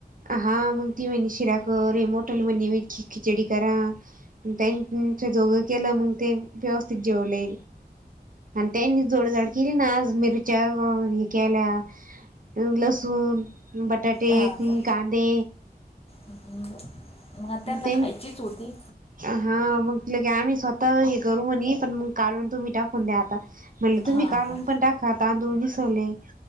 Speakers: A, on the right; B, on the left.
A: हा मग, ती म्हणती शिरा कर हे मोठल बहिणी म्हण म खिचडी करा. त्यांच दोघं केलं मग ते व्यवस्थित जेवले. आणि त्यांनी जोडजाड केली ना, आज मिरच्या हे केल्या अ लसूण, बटाटे,
B: हां का
A: कांदे
B: हम्म, मग त्यानला
A: ते
B: खायचीच होती.
A: हा म्हटलं की, आम्ही स्वतः हे करू म्हणे पण मग काढून तुम्ही टाकून द्या आता. म्हटलं तुम्ही
B: हां
A: कालून
B: का
A: पण टाका <unintelligible> मी सोलेन.